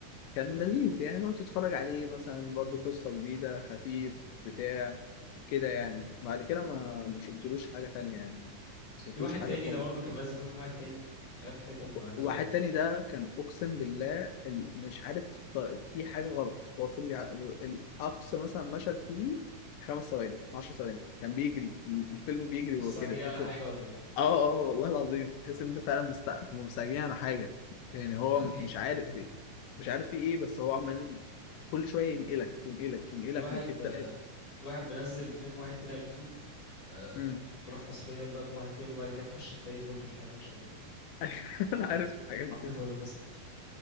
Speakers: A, on the left; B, on the left.
A: كان لذيذ يعني لو تتفرج عليه مثلا برضو قصة جديدة خفيف بتاع كده يعني بعد كده ما ما شفتلوش حاجة تانية يعني ما شفتلوش
B: في واحد
A: حاجة
B: تاني
A: كوم
B: ده برضه كان نازل فيلم اسمه واحد تاني مش عارف ده كان مع مين
A: واحد تاني ده كان أقسم بالله ال- مش عارف ط- في حاجة غلط هو فيلم يع- الأقصى مثلا مشهد فيه خمس ثواني 10 ثواني كان بيجري الفيلم بيجري
B: مستعجلين
A: وهو كده تحس
B: على حاجة
A: اه
B: ولا
A: اه والله العظيم تحس ان انت فعلا مست... مستعجلين على حاجه يعني هو
B: في
A: مش
B: <laughs>
A: عارف في مش عارف في ايه بس هو عمال كل شويه ينقلك ينقلك ينقلك
B: في واحد
A: من حته
B: آه،
A: لحته
B: في واحد منزل فيلم واحد تاني على اليوتيوب آه،
A: امم
B: بيقول لك حصريا بقى فيلم واحد تاني وبعد كده تخش تلاقي بلبل حيران شغال
A: <laughs> انا عارف الحاجات دي
B: حبيت اقول لك بس <laughs>